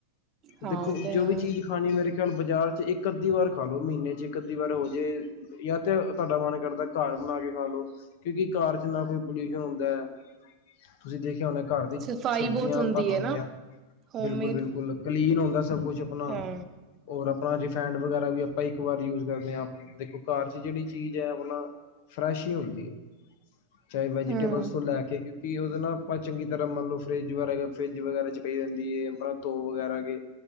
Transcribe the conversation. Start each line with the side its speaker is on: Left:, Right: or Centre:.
Right: ਹਾਂ
Left: ਦੇਖੋ,
Right: ਉਹ ਤੇ
Left: ਜੋ
Right: ਹੈ
Left: ਵੀ ਚੀਜ਼ ਖਾਣੀ ਮੇਰੇ ਖਿਆਲ ਬਾਜ਼ਾਰ ਚ, ਇੱਕ ਅੱਧੀ ਵਾਰ ਖਾ ਲਉ, ਮਹੀਨੇ ਚ ਇੱਕ ਅੱਧੀ ਵਾਰ ਹੋਜੇ। ਜਾਂ ਤੇ ਤੁਹਾਡਾ ਮਨ ਕਰਦਾ ਘਰ ਬਣਾ ਕੇ ਖਾਾਲ ਲੋ ਕਿਉਂਕਿ ਘਰ ਨਾ ਕੋਈ ਪੋਲਿਊਸ਼ਨ ਹੁੰਦਾ ਐ। ਤੁਸੀਂ ਦੇਖਿਆ ਹੋਣਾ ਘਰ ਦੀ
Right: ਸਫ਼ਾਈ
Left: ਛੱਲੀਆ
Right: ਬਹੁਤ ਹੁੰਦੀ
Left: ਆਪਾਂ ਖਾਂਦੇ
Right: ਹੈ ਨਾ
Left: ਆ
Right: ਹੋਮਮੇਡ
Left: ਬਿਲਕੁਲ, ਬਿਲਕੁਲ ਕਲੀਨ ਹੁੰਦਾ ਸਭ ਕੁਛ ਆਪਣਾ
Right: ਹਾਂ
Left: ਔਰ ਆਪਣਾ ਰਿਫਾਇਡ ਵਗੈਰਾ ਵੀ ਆਪਾਂ ਇੱਕ ਵਾਰ ਯੂਜ ਕਰਦੇ ਆ ਦੇਖੋ ਘਰ ਚ ਜੇੜੀ ਚੀਜ਼ ਐ ਆਪਣਾ ਫਰੈਸ਼ ਈ ਹੁੰਦੀ ਐ। ਚਾਏ ਵੈਜੀਟੇਬਲ
Right: ਹਮ
Left: ਤੋਂ ਲੈ ਕੇ ਕਿਉਂਕਿ ਓਦਾ ਨਾ ਆਪਾਂ ਚੰਗੀ ਤਰ੍ਹਾਂ ਮੰਨਲੋ ਫਰਿਜ ਵ ਫਰਿਜ ਵਗੈਰਾ ਚ ਪਈ ਰਹਿੰਦੀ ਐ ਆਪਣਾ ਧੋ ਵਗੈਰਾ ਕੇ